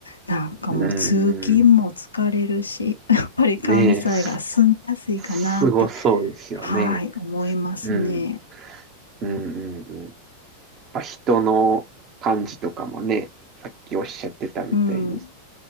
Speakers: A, on the left (about 80°); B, on the right (about 35°).
A: なんかもう通勤も疲れるし、
B: うん。うん、
A: <laughs> やっぱり関西が住みやすいかなって、
B: ねえ、す、すごそうですよね。
A: はい、思いますね。
B: うん、うん、うん、うん。やっぱ人の感じとかもね、さっきおっしゃってたみたいに、
A: うん。
B: やっ